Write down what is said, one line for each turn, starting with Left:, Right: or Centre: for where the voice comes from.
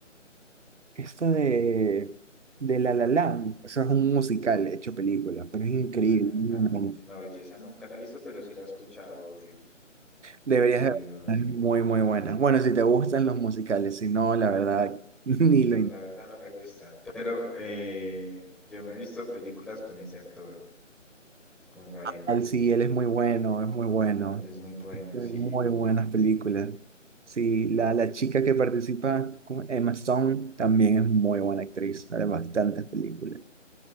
Right: Esta de, de La La Land, eso es un musical hecho película, pero es increíble.
Centre: La, la...
Right: muy bueno.
Centre: No, yo esa nunca la he visto, pero sí la he escuchado, obvio.
Right: Deberías
Centre: Pero
Right: de verla,
Centre: mm,
Right: es muy, muy buena. Bueno, si te gustan los musicales, si no, la verdad, <laughs> ni lo
Centre: no,
Right: in-
Centre: la verdad no me gusta. Pero eh, yo me he visto películas con ese actor, con Ryan.
Right: Al sí, él es muy bueno, es muy bueno.
Centre: Él es muy bueno,
Right: Hay
Centre: sí.
Right: Muy buenas películas. Sí, la, la chica que participa, ¿cómo? Emma Stone, también es muy buena actriz. Sale en bastantes películas.